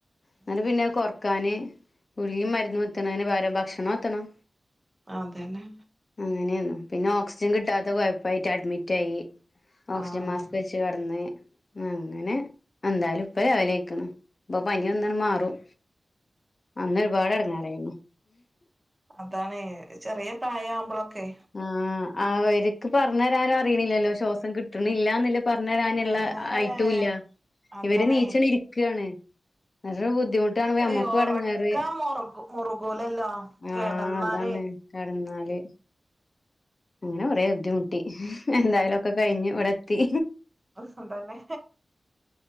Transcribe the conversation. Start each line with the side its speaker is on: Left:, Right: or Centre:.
Left: അങ്ങനെ പിന്നെ കൊ ക്കാന് ഗുളികയും മരുന്നും എത്തണേന് പകരം ഭക്ഷണം എത്തണം
Right: ആതന്നെ
Left: അങ്ങനെയാണു പിന്നെ ഓക്സിജൻ കിട്ടാത്ത കൊഴപ്പായിട്ട് അഡ്മിറ്റായി ഓക്സിജൻ
Right: ആഹ്
Left: മാസ്ക് വെച്ച് ച്ച് കെടന്ന് അങ്ങനെ എന്താലും ഇപ്പ ലെവലായിക്കണ്‌ ഇപ്പൊ പനിവന്നണ് മാറും അന്ന് ഒരുപാട് എടങ്ങാറായിന്നു
Right: അതാണേ ചെറിയ പ്രായ ആവുമ്പോളൊക്കെ
Left: ആഹ് അവര്ക്ക് പറഞ്ഞ് തരാനും അറിയണില്ലല്ലോ ശ്വാസം കിട്ടണില്ലാന്നുല്ല പറഞ്ഞ് തരാനുള്ള
Right: ഏഹ്
Left: ആയിട്ടു ഇല്ല
Right: അതാണേ
Left: ഇവര് നീച്ചല് ഇരിക്കയാണ് നല്ല ബുദ്ധിമുട്ടാണ് ഞമ്മക്കും
Right: അയ് ഒറക്കം
Left: എടങ്ങേറ്
Right: മുറുകു മുറുകൂലല്ലോ
Left: ആ
Right: കെടന്നാലേ
Left: അതാണ് കെടന്നാല് അങ്ങനെ കൊറേ ബുദ്ധിമുട്ടി എന്തായാലും ഒക്കെ കഴിഞ്ഞു ഇവിടെത്തി
Right: ഉഫും തന്നെ